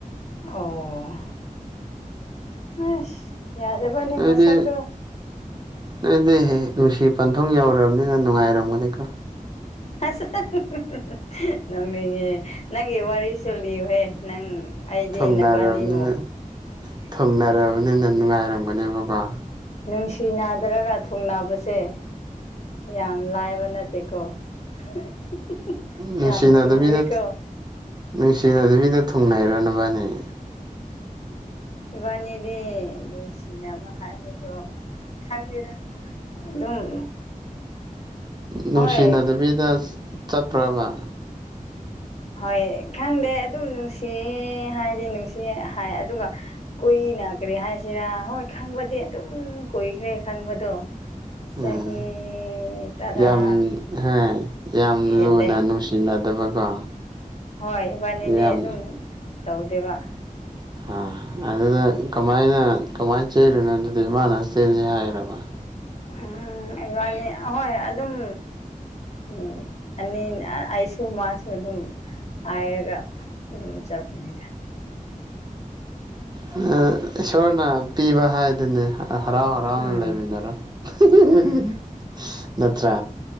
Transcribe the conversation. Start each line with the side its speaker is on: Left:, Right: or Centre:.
Left: ꯑꯣ <unintelligible>
Right: ꯅꯣꯏꯗꯤ
Left: ꯃꯁꯛꯗꯣ
Right: ꯅꯣꯏꯗꯤ ꯅꯨꯡꯁꯤ ꯄꯟꯊꯨꯡ ꯌꯧꯔꯕꯅꯤꯅ ꯅꯨꯡꯉꯥꯏꯔꯝꯒꯅꯤꯀꯣ
Left: ꯍꯁ ꯍꯥ ꯍꯨꯡ ꯍꯨꯡ ꯍꯨꯡ ꯍꯨꯡ ꯅꯣꯛꯅꯤꯡꯉꯤꯍꯦ ꯅꯪꯒꯤ ꯋꯥꯔꯤꯁꯨ ꯂꯤꯌꯨꯍꯦ ꯅꯪ ꯑꯩꯗꯤ
Right: ꯊꯨꯡꯅꯔꯕꯅꯤꯅ
Left: ꯅꯕꯥꯅꯤꯕꯨ
Right: ꯊꯨꯡꯅꯔꯕꯅꯤꯅ ꯅꯨꯡꯉꯥꯏꯔꯝꯒꯅꯦꯕꯀꯣ
Left: ꯅꯨꯡꯁꯤ ꯅꯥꯗ꯭ꯔꯒ ꯊꯨꯡꯅꯕꯁꯦ ꯌꯥꯝ ꯂꯥꯏꯕ ꯅꯠꯇꯦꯀꯣ <unintelligible>
Right: ꯅꯨꯡꯁꯤꯅꯗꯕꯤꯗ
Left: ꯌꯥꯝ ꯂꯨꯋꯤꯀꯣ
Right: ꯅꯨꯡꯁꯤꯅꯗꯕꯤꯗ ꯊꯣꯡꯅꯩꯔꯥ ꯅꯕꯥꯅꯤꯛ
Left: ꯏꯕꯥꯅꯤꯗꯤ ꯅꯨꯡꯁꯤꯅꯕ ꯍꯥꯏꯕꯗꯣ ꯈꯪꯗꯦꯗ ꯑꯗꯨꯝ
Right: ꯅꯨꯡꯁꯤꯅꯗꯕꯤꯗ
Left: ꯍꯣꯏ
Right: ꯆꯠꯄ꯭ꯔꯕ
Left: ꯍꯣꯏ ꯈꯪꯗꯦ ꯑꯗꯨꯝ ꯅꯨꯡꯁꯤ ꯍꯥꯏꯗꯤ ꯅꯨꯡꯁꯤ ꯍꯥꯏ ꯑꯗꯨꯒ ꯀꯨꯏꯅ ꯀꯔꯤ ꯍꯥꯏꯁꯤꯔꯥ ꯍꯣꯏ ꯈꯪꯕꯗꯤ ꯑꯗꯨꯝ ꯀꯨꯏꯈ꯭ꯔꯦ ꯈꯪꯕꯗꯣ ꯆꯍꯤ
Right: ꯎꯝ
Left: ꯇꯔꯥ
Right: ꯌꯥꯝ ꯍꯣꯏ ꯌꯥꯝ
Left: ꯍꯦꯜꯂꯦ
Right: ꯂꯨꯅ ꯅꯨꯡꯁꯤꯅꯗꯕꯀꯣ
Left: ꯍꯣꯏ ꯏꯕꯥꯅꯤꯗꯤ
Right: ꯌꯥꯝ
Left: ꯑꯗꯨꯝ ꯇꯧꯗꯦꯕ
Right: ꯑꯥ ꯑꯗꯨꯗ ꯀꯃꯥꯏꯅ ꯀꯃꯥꯏꯅ ꯆꯦꯜꯂꯤꯅꯣ ꯑꯗꯨꯗꯤ ꯃꯥꯅ ꯆꯦꯟꯁꯤ ꯍꯥꯏꯔꯥꯕ
Left: ꯎꯝ ꯏꯕꯥꯅꯤ ꯑꯍꯣꯏ ꯑꯗꯨꯝ ꯎꯝ ꯑꯅꯤ ꯑꯩꯁꯨ ꯃꯥꯁꯨ ꯑꯗꯨꯝ ꯍꯥꯏꯔꯒ ꯑꯗꯨꯝ ꯆꯠꯄꯅꯤꯗ
Right: ꯑꯁ ꯏꯁꯣꯔꯅ ꯄꯤꯕ ꯍꯥꯏꯗꯨꯅꯦ ꯍꯔꯥꯎ ꯍꯔꯥꯎꯅ
Left: ꯎꯝ
Right: ꯂꯩꯃꯤꯟꯅꯔꯣ <unintelligible>
Left: ꯎꯝ
Right: ꯅꯠꯇ꯭ꯔꯥ